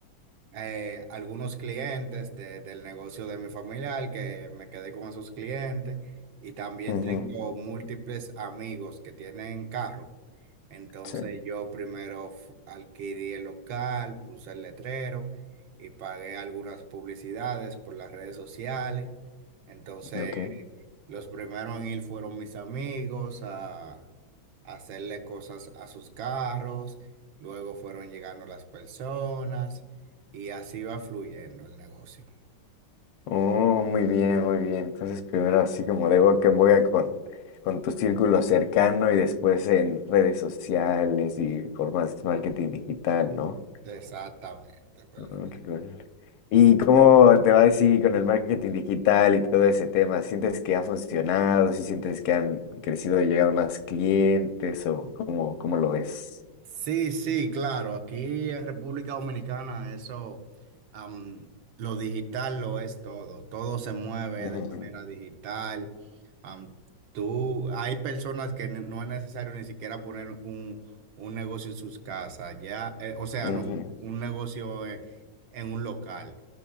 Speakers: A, on the right; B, on the left.
A: eh, algunos clientes de- del negocio de mi familiar, que me quedé con esos clientes, y también
B: Ujú,
A: tengo múltiples amigos que tienen carro. Entonces
B: Sí,
A: yo primero fu- adquirí el local, puse el letrero y pagué algunas publicidades por las redes sociales. Entonces
B: ok.
A: los primeros en ir fueron mis amigos a, a hacerle cosas a sus carros, luego fueron llegando las personas y así va fluyendo el negocio.
B: Oh, muy bien, muy bien. Entonces, primero así como de boca en boca con, con tu círculo cercano y después en redes sociales y formas de marketing digital, ¿no?
A: Exactamente, perfecto.
B: Oh, qué cool. ¿Y cómo te va así con el marketing digital y todo ese tema? ¿Sientes que ha funcionado? si sientes que han crecido y llegado más clientes? ¿O cómo, cómo lo ves?
A: Sí, sí, claro. Aquí en República Dominicana eso, am, lo digital lo es todo. Todo se mueve
B: Ujú,
A: de manera digital. Am, tú, hay personas que ne- no es necesario ni siquiera poner un, un negocio en sus casas. Ya, eh, o sea,
B: ujú.
A: no un un negocio en, en un local.